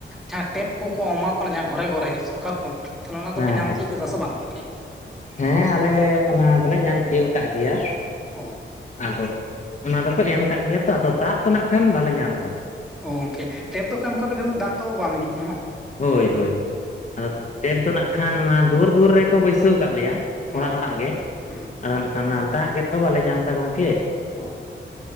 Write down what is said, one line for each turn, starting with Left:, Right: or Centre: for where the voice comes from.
Centre: ᱡᱟᱦᱟᱸ ᱴᱮᱯ ᱠᱚ ᱠᱚ ᱮᱢᱟᱠᱚ ᱠᱟᱱᱟ ᱡᱟᱦᱟᱸ ᱜᱷᱚᱨᱮ ᱜᱷᱚᱨᱮ ᱥᱚᱨᱠᱟᱨ ᱠᱷᱚᱱ ᱛᱷᱟᱞᱮ ᱚᱱᱟ ᱫᱚᱯᱮ
Left: ᱦᱮᱸ
Centre: ᱧᱟᱢ
Left: ᱦᱮᱸ
Centre: ᱛᱤᱭᱟᱹᱜ ᱠᱮᱫᱟ ᱥᱮ ᱵᱟᱝ ᱜᱚᱝᱠᱮ?
Left: ᱦᱮᱸ ᱟᱞᱮ ᱚᱱᱟ ᱫᱚᱞᱮ ᱧᱟᱢ ᱪᱤᱭᱟᱹᱣ ᱠᱟᱜ ᱜᱮᱭᱟ ᱾
Centre: ᱚ
Left: ᱟᱫᱚ ᱚᱱᱟ ᱫᱚᱠᱚ ᱮᱢ ᱠᱟᱜ ᱜᱮᱭᱟ ᱛᱚ ᱟᱫᱚ ᱫᱟᱜ ᱛᱟᱱᱟᱜ ᱠᱷᱟᱱ ᱵᱟᱞᱮ ᱧᱟᱢ ᱫᱟ ᱾
Centre: ᱚ ᱜᱚᱝᱠᱮ ᱴᱮᱯ ᱫᱚᱠᱚ ᱮᱢ ᱠᱟᱯᱮ <unintelligible> ᱫᱟᱜ ᱫᱚ ᱵᱟᱝ ᱦᱤᱡᱩᱜ ᱠᱟᱱᱟ ᱵᱟᱝ?
Left: ᱦᱳᱭ ᱦᱳᱭ ᱾ ᱟᱫᱚ ᱴᱮᱯ ᱫᱚ ᱱᱟᱜ ᱠᱷᱟᱱ ᱚᱱᱟ ᱫᱩᱣᱟᱹᱨ ᱫᱩᱣᱟᱹᱨ ᱨᱮᱠᱚ ᱵᱟᱹᱭᱥᱟᱹᱣ ᱠᱟᱜ ᱞᱮᱭᱟ ᱚᱲᱟᱜ
Centre: ᱚ
Left: ᱚᱲᱟᱜ ᱜᱮ
Centre: ᱦᱩᱸ
Left: ᱟᱫᱚ ᱱᱟᱜ ᱠᱷᱟᱱ ᱱᱟᱜ ᱫᱟᱜ ᱜᱮᱛᱚ ᱵᱟᱞᱮ ᱧᱟᱢ ᱫᱟ ᱜᱚᱝᱠᱮ ᱾
Centre: ᱚ